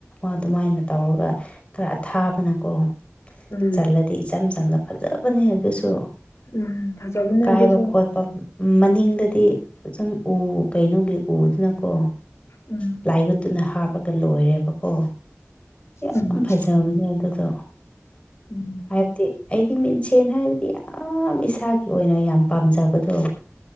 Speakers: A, on the left; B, on the left.
A: ꯑꯗꯨꯃꯥꯏꯅ ꯇꯧꯔꯒ ꯈꯔ ꯑꯊꯥꯕꯅꯀꯣ
B: ꯎꯝ
A: ꯆꯜꯂꯗꯤ ꯏꯆꯝ ꯆꯝꯅ ꯐꯖꯕꯅꯤ ꯑꯗꯨꯁꯨ
B: ꯎꯝ ꯐꯖꯕꯅꯦ
A: ꯀꯥꯏꯕ
B: ꯑꯗꯨꯁꯨ
A: ꯈꯣꯠ ꯃꯅꯤꯡꯗꯗꯤ ꯑꯗꯨꯝ ꯎ ꯀꯩꯅꯣꯒꯤ ꯎꯗꯨꯅꯀꯣ
B: ꯎꯝ
A: ꯄꯂꯥꯏ ꯎꯠꯇꯨꯅ ꯍꯥꯞꯄꯒ ꯂꯣꯏꯔꯦꯕꯣ ꯑꯣ ꯌꯥꯝ
B: ꯎꯝ
A: ꯐꯖꯕꯅꯦ ꯑꯗꯨꯗꯣ
B: ꯎꯝ
A: ꯍꯥꯏꯕꯗꯤ ꯑꯩꯗꯤ ꯃꯤꯡꯁꯦꯟ ꯍꯥꯏꯕꯗꯤ ꯌꯥꯝ ꯏꯁꯥꯒꯤ ꯑꯣꯏꯅ ꯌꯥꯝ ꯄꯥꯝꯖꯕꯗꯣ